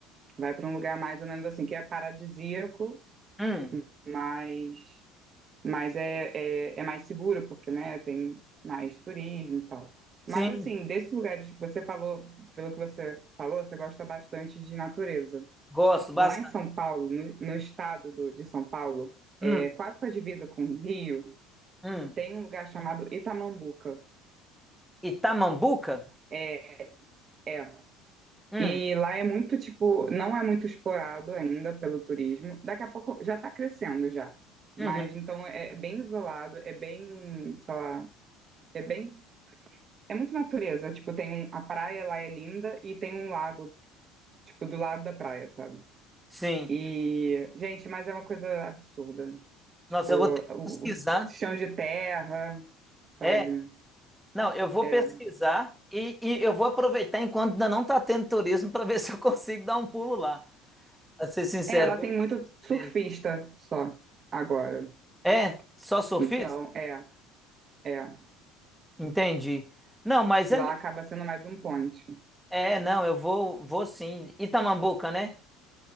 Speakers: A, on the right; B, in the centre.
A: Vai para um lugar mais ou menos assim, que é paradisíaco,
B: hum,
A: mas, mas é, é, é mais seguro, porque, né, tem mais turismo e tal. Mas,
B: sim,
A: assim, desses lugares que você falou, pelo que você falou, você gosta bastante de natureza.
B: gosto bastante.
A: Lá em São Paulo, no, no estado do, de São Paulo, é,
B: Hum,
A: quase com a divisa com o Rio,
B: hum.
A: tem um lugar chamado Itamambuca.
B: Itamambuca?
A: É, é,
B: Hum,
A: E lá é muito, tipo, não é muito explorado ainda pelo turismo. Daqui a pouco já está crescendo já. Mas
B: uhum,
A: então é bem isolado, é bem, sei lá, é bem, é muito natureza. Tipo, tem um, a praia lá é linda e tem um lago, tipo, do lado da praia, sabe?
B: sim.
A: E, gente, mas é uma coisa absurda. Tipo,
B: Nossa, eu vou ter que
A: o,
B: pesquisar.
A: o chão de terra, sabe?
B: É, não, eu vou
A: É.
B: pesquisar e, e eu vou aproveitar enquanto ainda não tá tendo turismo para ver <laughs> se eu consigo dar um pulo lá. Pra ser sincero,
A: É, lá tem
B: vou
A: muito
B: fazer isso
A: surfista
B: mesmo.
A: só agora.
B: É, só surfista?
A: Então, é, é.
B: Entendi. Não, mas
A: Lá
B: é, me-
A: acaba sendo mais um point.
B: é, não, eu vou, vou sim. Itamambuca, né?